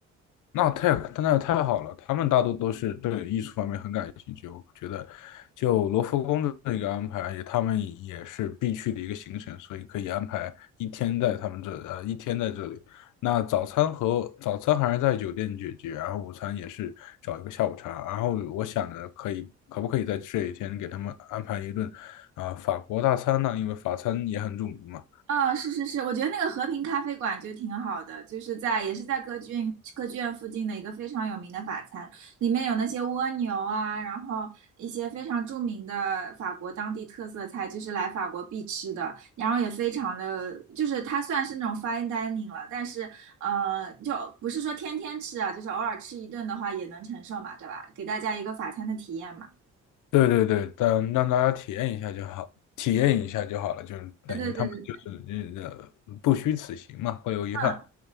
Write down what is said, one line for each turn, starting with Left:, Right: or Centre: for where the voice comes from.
Left: 那太那太好了，他们大多都是对艺术方面很感兴趣。我觉得，就罗浮宫的这个安排，也他们也是必去的一个行程，所以可以安排一天在他们这，呃，一天在这里。那早餐和早餐还是在酒店解决，然后午餐也是找一个下午茶。然后我想着可以，可不可以在这一天给他们安排一顿啊、法国大餐呢？因为法餐也很著名嘛。
Right: 嗯，是是是，我觉得那个和平咖啡馆就挺好的，就是在也是在歌剧院歌剧院附近的一个非常有名的法餐，里面有那些蜗牛啊，然后一些非常著名的法国当地特色菜，就是来法国必吃的，然后也非常的，就是它算是那种 fine dining 了，但是呃，就不是说天天吃啊，就是偶尔吃一顿的话也能承受嘛，对吧？给大家一个法餐的体验嘛。
Left: 对对对，但让大家体验一下就好，体验一下就好了，就是等于他们就是呃不虚此行嘛，
Right: 对对对对，
Left: 会有遗憾。
Right: 嗯，